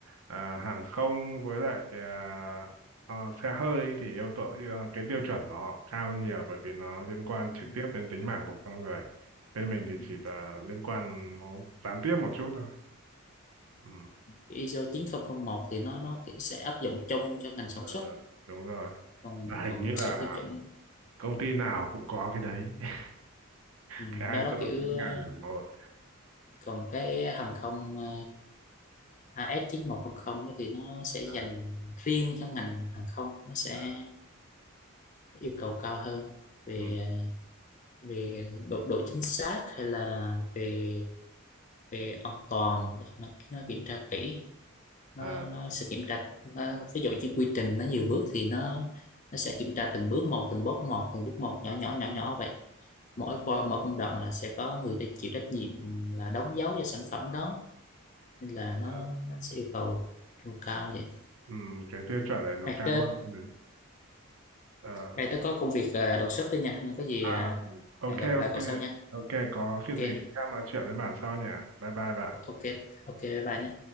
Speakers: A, on the right; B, on the left.
A: à, hàng không với lại à, ờ, xe hơi thì yêu cầu
B: Ừ.
A: cái tiêu chuẩn của họ cao hơn nhiều bởi vì nó liên quan trực
B: Ừ.
A: tiếp đến tính mạng của con người. Bên mình thì
B: ừ.
A: chỉ là liên quan nó gián tiếp một chút thôi. Ừ.
B: ISO một thì nó nó kiểu sẽ áp dụng chung cho ngành sản
A: Ờ,
B: xuất
A: đúng rồi.
B: còn
A: Và hình
B: còn
A: như
B: một
A: là
B: số tiêu chuẩn
A: công ty nào cũng có cái đấy. <laughs>
B: ừ,
A: cái
B: đó
A: ISO
B: đó kiểu
A: 9001.
B: ờ, còn cái hàng không ờ, AS 9100 đó thì nó sẽ dành
A: À,
B: riêng cho ngành hàng không nó sẽ
A: à.
B: yêu cầu cao hơn về
A: Ừ.
B: ờ, về độ độ chính xác hay là về về an toàn nói chung là nó kiểm tra kỹ nó,
A: À,
B: nó sẽ kiểm tra nó, ví dụ như quy trình nó nhiều bước thì nó nó sẽ kiểm tra từng bước một từng bước một từng bước một nhỏ nhỏ nhỏ nhỏ vậy mỗi coi mỗi công đoạn là sẽ có người ta chịu trách nhiệm là đóng dấu cho sản phẩm đó nên là nó,
A: à,
B: nó sẽ yêu cầu yêu cao vậy
A: ừ, cái tiêu chuẩn này nó
B: này
A: cao
B: tớ
A: hơn mình Ờ,
B: này tớ có công việc à, đột xuất thôi nha nên có gì
A: à
B: à,
A: ok
B: hẹn gặp lại
A: ok
B: cậu sau nha
A: ok có khi
B: ok
A: gì khi khác nói chuyện với bạn sau nhỉ bye bye bạn
B: ok ok bye bye nha